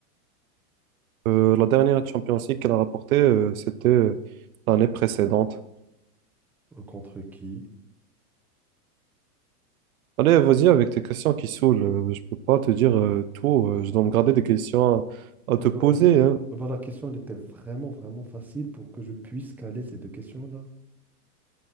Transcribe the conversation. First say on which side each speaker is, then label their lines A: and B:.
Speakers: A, on the right (about 60°); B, in the centre.
A: Euh, la dernière Champions League qu'elle a rapportée, euh, c'était euh, l'année précédente.
B: euh, contre qui?
A: Allez, vas-y avec tes questions qui saoulent. Euh, je peux pas te dire euh, tout. Euh, je dois me garder des questions à, à
B: Oh
A: te
B: bah,
A: poser. hein.
B: bah, bah, la question, elle était vraiment, vraiment facile pour que je puisse caler ces deux questions-là.